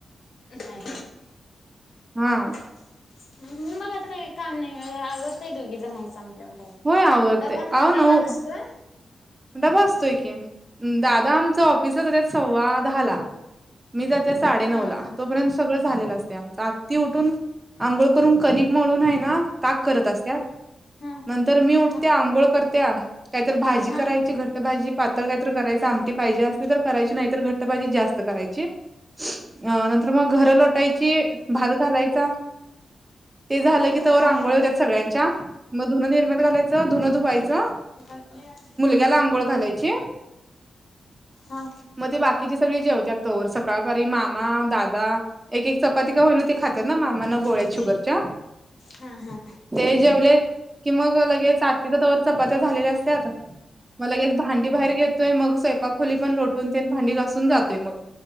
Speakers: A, on the left; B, on the right.
A: नाही
B: हा
A: घरी मग आता काही काम नाही आवरतय दोघी जण हायसा म्हटल्यामग काय
B: होय आवरतय
A: डबान
B: अहो
A: अ
B: नऊ
A: डबा नसतोयं.
B: डबा असतोय की दादा आमच ऑफिसला जात्यात सव्वा दहाला. मी जात्या साडे नऊ
A: हा
B: ला
A: हा
B: तोपर्यंत सगळंच झालेल असतय आमचं आत्ती उठून अंघोळ करून कनिकमळून हाय ना ताक करत असत्यात.
A: हा
B: नंतर मी उठत्या
A: हा
B: आंघोळ करत्या काहीतर भाजी
A: हा
B: करायची. घट्ट भाजी पातळ काय तर करायच आमटी पाहिजे असली तर करायची नाही तर घट्ट भााजी जास्त करायची. अ नंतर मग घर लोटायची भात घालायचा. ते झालं
A: कशाला
B: की तवर आंघोळ होत्यात
A: हे करायचं
B: सगळ्यांच्या मग धुनं निर्म्यात घालायचं धुनं धुवायचं.
A: ते काल ते आणलेल
B: याला आंघोळ घालायची.
A: हा
B: मग ते बाकीचे सगळी जेवत्यात तवर सकाळपारी मामा दादा एक एक चपाती का होईना ते खात. ते ना मामाना
A: उद्या
B: गोळ्या
A: सुट्टी.
B: शुगरच्या
A: हा हा
B: ते जेवले कि मग लगेच आत्तीच्या तवर चपात्या झालेल्या असत्यात मग लगेच भांडी बाहेर घेतोय मग स्वयपाक खोली पण लोटून ते भांडी घासून जातोय मग